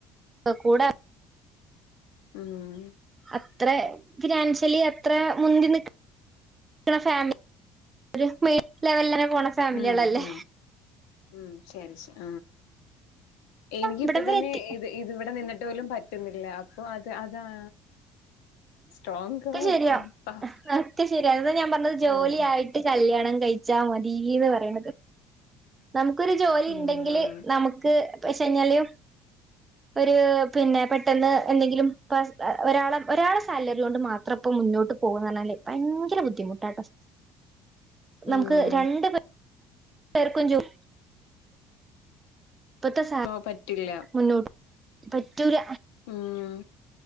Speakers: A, on the right; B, on the left.
A: ഓഹ് കൂടെ-
B: ആഹ്
A: അത്ര ഫിനാൻഷ്യലി അത്ര മുന്തി നിക്ക- ഒരു പക്ഷെ ഫാമിലി ഒരു മീഡിയം ലെവലന്നെ പോണ ഫാമിലികളല്ലേ
B: ഉം ഉം ഉം ശരി ശരി എനിക്ക്
A: ഇവിടം
B: ഇപ്പൊ
A: വരെ
B: തന്നെ
A: എത്തി
B: ഇത്- ഇതിവിടെ നിന്നിട്ട് പോലും പറ്റുന്നില്ല അപ്പൊ അത് അതാ- സ്ട്രോങ്
A: ഒക്കെ
B: ഗേൾ
A: ശരിയാ
B: പവർ
A: ഒക്കെ ശരിയാ അതാ ഞാൻ പറഞ്ഞത് ജോലിയായിട്ട്-
B: ആഹ്
A: ട്ട് കല്ല്യാണം കഴിച്ചാ മതീന്ന് പറയ്ണത് നമുക്കൊരു ജോലിയിണ്ടങ്കില്
B: ഉം
A: നമുക്ക്- പൈസ ഇല്ലാഞ്ഞും ഒരു പിന്നെ പെട്ടെന്ന് എന്തെങ്കിലും ഒരാളെ- ഒരാളെ സാലറി കൊണ്ട് മാത്രം ഇപ്പം മുന്നോട്ട് പോവാന്ന് പറഞ്ഞാല് ഭയങ്കര ബുദ്ധിമുട്ടാട്ടോ നമുക്ക്
B: ഉം
A: രണ്ട് പേർക്കും ജോലി- ഇപ്പഴത്തെ സാലറി-
B: ഓഹ് പറ്റില്ല
A: മുന്നോട്ട് പറ്റൂല
B: ഉം